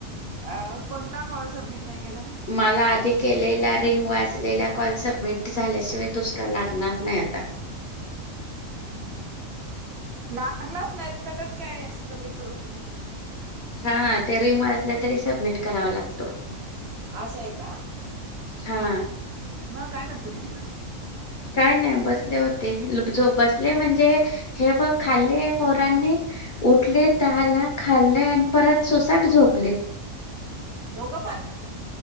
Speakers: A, on the right (about 60°); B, on the left (about 45°).
A: अ कोणता कॉल सबमिट नाही केलाय
B: मला अधिक केल्या रिंग वाल्या कॉल सबमिट झाल्याशिवाय दुसरा लागणार नाही आता.
A: लागलाच नाही त कस काय सबमिट करू.
B: हा ते रिंग वाजलं तरी सबमिट करावा लागतो.
A: असं आहे का?
B: हा
A: मग काय करते?
B: काय नाही बसले होते. बसले म्हणजे हे बघ खाल्ले पोरांनी उठलेत दहाला. खाल्ले आणि परत सोसाट झोपले.
A: दोघं पन.